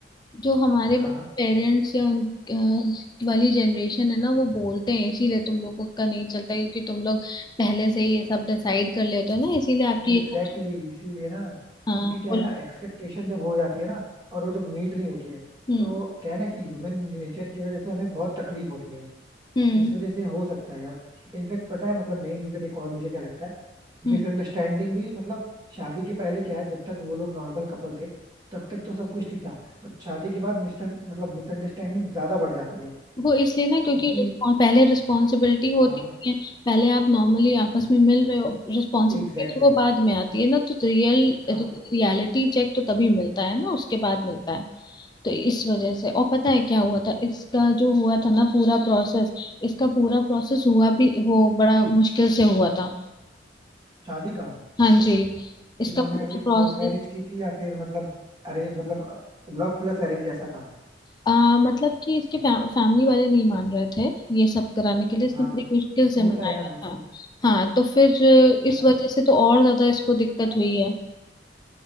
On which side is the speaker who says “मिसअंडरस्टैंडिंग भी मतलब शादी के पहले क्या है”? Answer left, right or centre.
Right